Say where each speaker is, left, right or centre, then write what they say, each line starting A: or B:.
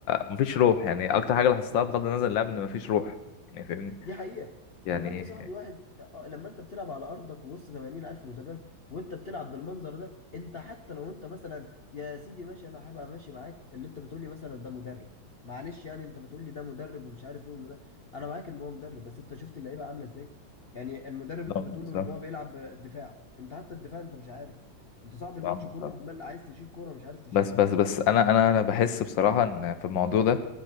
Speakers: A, on the left; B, on the left.
A: مفيش روح يعني اكتر حاجه لاحظتها بغض النظر عن اللعب ان مفيش روح يعني فاهمني
B: دي حقيقة
A: يعني
B: لما انت صاحبي واحد اه، لما انت بتلعب على ارضك ووسط 80 الف متابع وانت بتلعب بالمنظر ده انت حتى لو انت مثلا يا سيدي ماشي انا هبقى ماشي معاك اللي انت بتقولي مثلا ده مدرب معلش يعني انت بتقولي ده مدرب ومش عارف ايه والمدرب انا معاك ان هو مدرب بس انت شفت اللعيبة عاملة ازاي يعني المدرب
A: بالظبط
B: انتوا بتقولوا
A: بالظبط
B: ان هو بيلعب دفاع انت حتى الدفاع انت مش عارف انت صاحبي
A: بالظبط.
B: الماتش كله عمال عايز تشيل كورة مش عارف تشيلها
A: بس بس بس انا انا انا بحس بصراحه ان في الموضوع ده